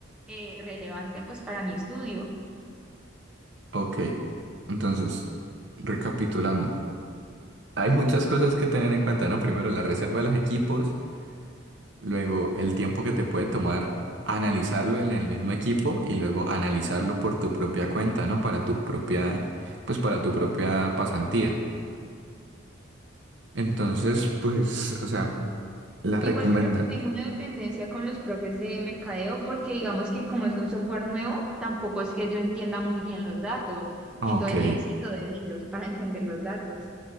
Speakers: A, in the centre; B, on the right (about 60°).
A: eh, relevante pues para mi estudio.
B: ok. Entonces, recapitulando. Hay muchas cosas que tener en cuenta, ¿no? Primero, la reserva de los equipos, luego el tiempo que te puede tomar analizarlo en el mismo equipo y luego analizarlo por tu propia cuenta, ¿no? Para tu propia, pues para tu propia pasantía. Entonces, pues, o sea,
A: Y
B: la
A: igual
B: recomienda.
A: creo que tengo una dependencia con los profes de mercadeo porque digamos que como es un software nuevo, tampoco es que yo entienda muy bien los datos.
B: Ok.
A: Entonces necesito de ellos para entender los datos,